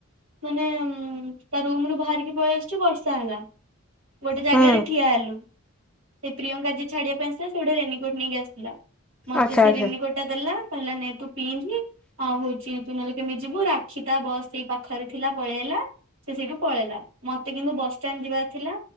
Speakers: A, on the right; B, in the centre.
A: ମାନେ ଉଁ ତା ରୁମରୁ ବାହାରିକି ପଳେଇ ଆସୁଛି ବର୍ଷା ହେଲା ଗୋଟେ ଜାଗାରେ
B: ହୁଁ
A: ଠିଆ ହେଲୁ। ସେ ପ୍ରିୟଙ୍କା ଯିଏ ଛାଡିବା ପାଇଁ ଆସିଲା ସେ ଗୋଟେ ରେନିକୋଟ ନେଇକି ଆସିଥିଲା ମତେ
B: ଆଚ୍ଛା
A: ସେ
B: ଆଚ୍ଛା
A: ରେନିକୋଟ ଟା ଦେଲା କହିଲା ନେ ତୁ ପିନ୍ଧ୍। ଆଉ ହଉଛି ତୁ ନହେଲେ କେମି ଯିବୁ ରାକ୍ଷୀତା ବସ୍ ସେଇ ପାଖରେ ଥିଲା ପଳେଇ ଆଇଲା। ସେ ସେଇଠୁ ପଳେଇଲା ମୋତେ କିନ୍ତୁ ବସଷ୍ଟାଣ୍ଡ ଯିବାର ଥିଲା